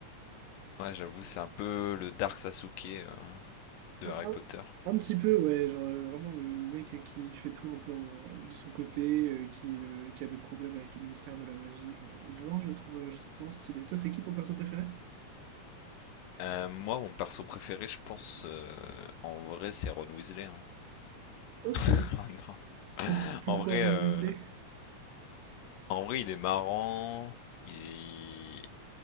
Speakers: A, on the left; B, on the right.
A: Ouais, j'avoue, c'est un peu le Dark Sasuke euh, de
B: Un,
A: Harry
B: un-
A: Potter.
B: un petit peu, ouais, genre euh, vraiment le, le mec qui fait tout un peu en- de son côté, euh, qui, euh, qui a des problèmes avec le ministère de la magie. Enfin, et non, je le trouve, euh, je le trouve vraiment stylé. Toi, c'est qui ton perso préféré?
A: Euh, moi, mon perso préféré, je pense, euh, en vrai, c'est Ron Weasley. hein.
B: Ok.
A: <laughs> Ah non.
B: Pour, pourquoi
A: En vrai,
B: Ron
A: euh,
B: Weasley?
A: en vrai, il est marrant. Il